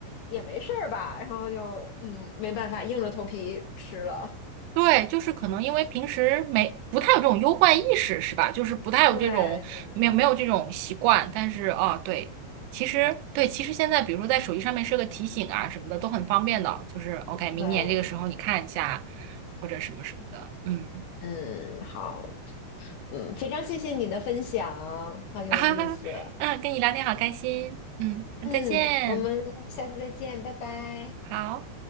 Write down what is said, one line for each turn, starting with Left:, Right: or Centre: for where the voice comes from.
Left: 也没事儿吧。然后就嗯，没办法，硬着头皮吃了。
Right: 对，就是可能因为平时没不太有这种忧患意识，是吧？就是不太有这种没有没有这种习惯，
Left: 对对
Right: 但是哦，对，其实对，其实现在比如说在手机上面设个提醒啊什么的都很方便的，就是 OK，明年这个时候你看一下
Left: 对，
Right: 或者什么什么的，嗯，
Left: 嗯，好，嗯，非常谢谢你的分享，
Right: <laughs>
Left: 很有意思。
Right: 啊哈哈，嗯，跟你聊天好开心，嗯，那再见，
Left: 嗯，我们下次再见，拜拜。
Right: 好。